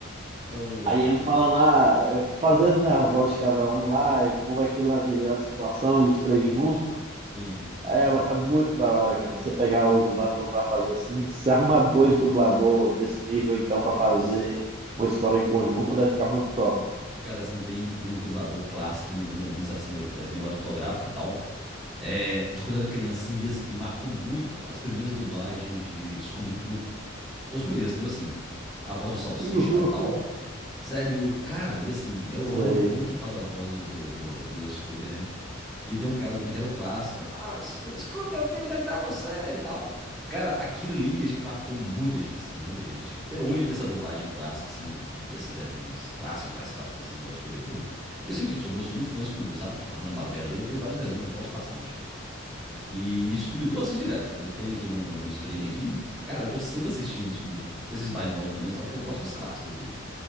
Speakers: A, in the centre; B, on the right.
A: Oh,
B: Aí
A: velho.
B: ele fala lá, eh, fazendo, né, a voz de cada um lá, e como é que ele agiria na situação e os três juntos.
A: Sim.
B: Aí
A: <laughs>
B: é, é muito da hora, cara. Você pegar o dublador pra fazer assim, se arrumar dois dublador desse nível, então, pra
A: Nossa.
B: fazer uma história em conjunto, deve ficar muito top.
A: Cara, assim, tem, tem uns dublador clássico que me lembra muito, sabe, assim, eu- a memória fotográfica e tal. é, de quando eu era criança, assim mesmo, que marcou muito as primeiras dublagens de Scooby-Doo. Os primeiros, tipo assim, a voz do Salsicha
B: <laughs>
A: lá e tal. Sério, cara, e assim,
B: Sei.
A: era o Orlando Bloom que faz a voz do, do, do, do Scooby, né? E tem um cara também que era o clássico. Ah, Sco- Scooby, meu filho, onde é que tá você? E tal. Cara, aquilo ali acho que marcou muita gente, assim, muita gente. Até hoje, nessa dublagem clássica, assim, de- desses desenhos clássicos, mais clássicos, assim, igual o Scooby-Doo. Que assim, eu sou, eu sou muito fã do Scooby-Doo, sabe? Na Hanna-Barbera ali, tem vários desenhos que eu gosto bastante. E, e Scooby-Doo eu assisto direto. Eu tenho aqui no, no, no stream aqui. Cara, eu tô sempre assistindo Scooby-Doo. Esses mais novos também, só que eu gosto dos clássicos ali.